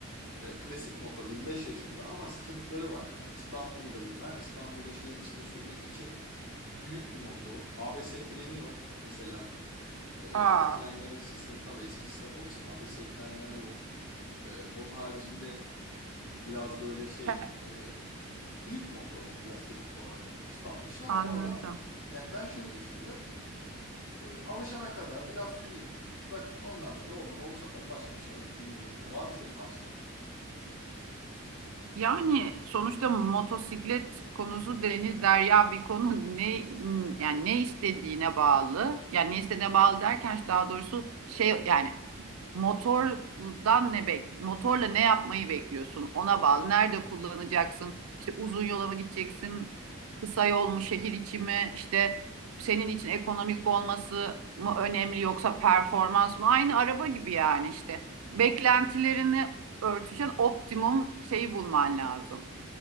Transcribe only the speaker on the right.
Aa.
ke-
Anladım.
Yani sonuçta motosiklet konusu deniz derya bir konu ne yani ne istediğine bağlı. Yani ne istediğine bağlı derken daha doğrusu şey yani Motordan ne bek motorla ne yapmayı bekliyorsun? Ona bağlı. Nerede kullanacaksın? İşte uzun yola mı gideceksin? Kısa yol mu, şehir içi mi? İşte senin için ekonomik olması mı önemli yoksa performans mı? Aynı araba gibi yani işte. Beklentilerini örtüşen optimum şeyi bulman lazım.